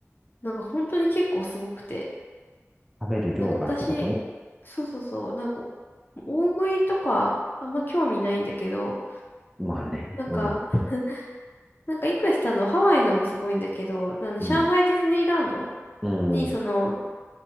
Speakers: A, on the left (about 45°); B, in the centre.
A: なんか本当に結構すごくて、
B: 食べる量がってこと
A: なんか私、そうそうそう、なんか、大食いとか、あんま興味ないんだけど、
B: まあね。
A: なんか
B: うん。
A: <laughs> なんか、いくしさんのハワイのもすごいんだけど、あの、
B: うん。
A: 上海ディズニーランド
B: うん。
A: に、
B: うん。
A: その、